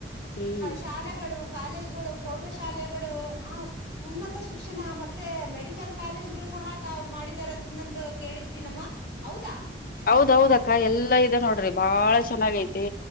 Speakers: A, on the left; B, on the left.
A: ಹ್ಮ್
B: ಶಾಲೆಗಳು ಕಾಲೇಜ್ಗಳು ಪ್ರೌಢಶಾಲೆಗಳು ಆ ಉನ್ನತ ಶಿಕ್ಷಣ ಮತ್ತೆ ಮೆಡಿಕಲ್ ಕಾಲೇಜ್ಗಳು ಸಹ ತಾವು ಮಾಡಿದಾರಂತ ನಂದು ಕೇಳಿದ್ದಿದೀ ನಮ್ಮ ಹೌದಾ
A: ಅವುದಕ್ಕ ಎಲ್ಲಾ ಇದೆ ನೋಡ್ರಿ ಬಹಳ ಚೆನ್ನಾಗ ಐತಿ